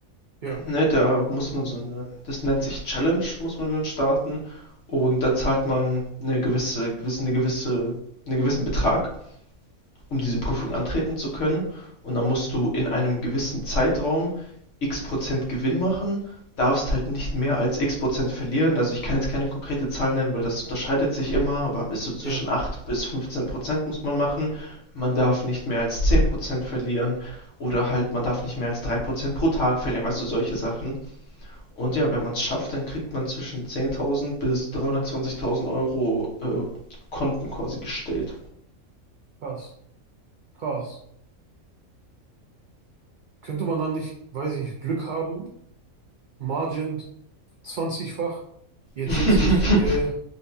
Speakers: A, on the right; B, on the left.
A: Ja,
B: Ne, da muss man so eine, das nennt sich Challenge, muss man dann starten. Und da zahlt man eine gewisse, gewisse, eine gewisse, einen gewissen Betrag, um diese Prüfung antreten zu können. Und dann musst du in einem gewissen Zeitraum x Prozent Gewinn machen, darfst halt nicht mehr als x Prozent verlieren. Also ich kann jetzt keine konkrete Zahl nennen, weil das unterscheidet sich immer, aber ist so zwischen
A: ja.
B: 8 bis 15 Prozent muss man machen. Man darf nicht mehr als 10 Prozent verlieren oder halt man darf nicht mehr als 3 Prozent pro Tag verlieren, weißt du, solche Sachen. Und ja, wenn man es schafft, dann kriegt man zwischen 10.000 bis 320.000 Euro äh, Konten quasi gestellt.
A: Krass, krass. Könnte man dann nicht, weiß ich nicht, Glück haben? Margin 20-fach. Jetzt
B: <laughs>
A: setze ich äh,